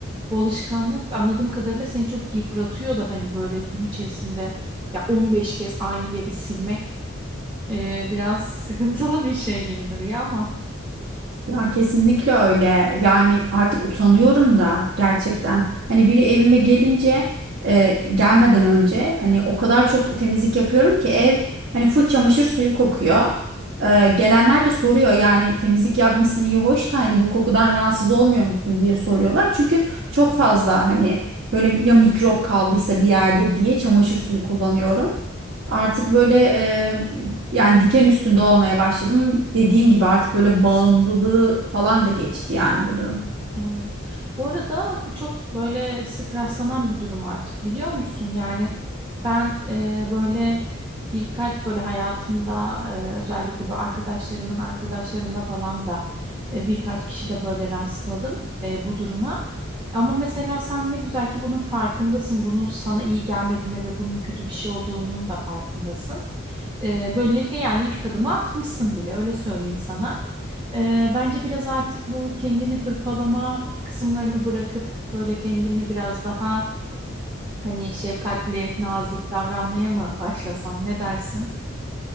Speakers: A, on the right; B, on the right.
A: bu alışkanlık anladığım kadarıyla seni çok yıpratıyor da hani böyle gün içerisinde ya 15 kez aynı yeri silmek e, biraz <laughs> sıkıntılı bir şey gibi duruyor ama.
B: Ya kesinlikle öyle. Yani artık utanıyorum da gerçekten. Hani biri evime gelince e, gelmeden önce hani o kadar çok temizlik yapıyorum ki ev hani full çamaşır suyu kokuyor. E, gelenler de soruyor yani temizlik yapmışsın iyi hoş da hani bu kokudan rahatsız olmuyor musun diye soruyorlar. Çünkü çok fazla hani böyle ya mikrop kaldıysa bir yerde diye çamaşır suyu kullanıyorum. Artık böyle e, yani diken üstünde olmaya başladım. Dediğin gibi artık böyle bağımlılığı falan da geçti yani bu durum.
A: Evet. Bu arada bu çok böyle sık rastlanan bir durum artık biliyor musun? Yani ben e, böyle birkaç böyle hayatımda e, özellikle bir arkadaşlarımın arkadaşlarında falan da e, birkaç kişi de böyle rastladım e, bu duruma. Ama mesela sen ne güzel ki bunun farkındasın. Bunun sana iyi gelmediğine ve bunun kötü bir şey olduğunun da farkındasın. E, böylelikle yani ilk adımı atmışsın bile öyle söyleyeyim sana. Ee, bence biraz artık bu kendini hırpalama kısımlarını bırakıp böyle kendini biraz daha hani şefkatli, nazik davranmaya mı başlasan? Ne dersin?